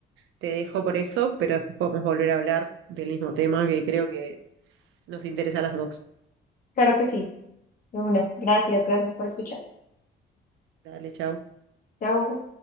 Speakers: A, on the right; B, on the left.
A: te dejo por eso, pero después podemos volver a hablar del mismo tema que creo que nos interesa a las dos.
B: claro que sí, de una. Gracias, gracias por escuchar.
A: Dale, chao.
B: Chao.